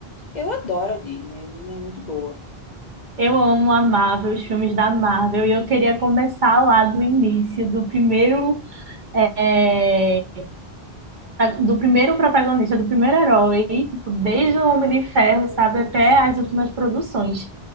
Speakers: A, on the left; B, on the right.
A: Eu adoro a Disney, a Disney é muito boa.
B: Eu amo a Marvel, os filmes da Marvel, e eu queria começar lá do início, do primeiro eh, do primeiro protagonista, do primeiro herói, tipo, desde o Homem de Ferro, sabe, até as últimas produções.